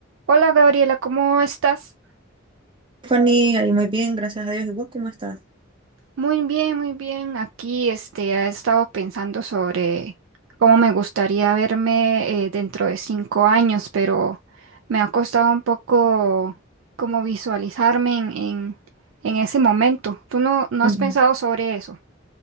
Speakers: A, on the right (about 75°); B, on the right (about 25°).
A: Hola Gabriela, ¿cómo estás?
B: Fanny, ahí muy bien, gracias a Dios. ¿Y vos cómo estás?
A: Muy bien, muy bien. Aquí este, he estado pensando sobre cómo me gustaría verme eh, dentro de cinco años, pero me ha costado un poco como visualizarme en, en, en ese momento. ¿Tú no, no
B: Ujú.
A: has pensado sobre eso?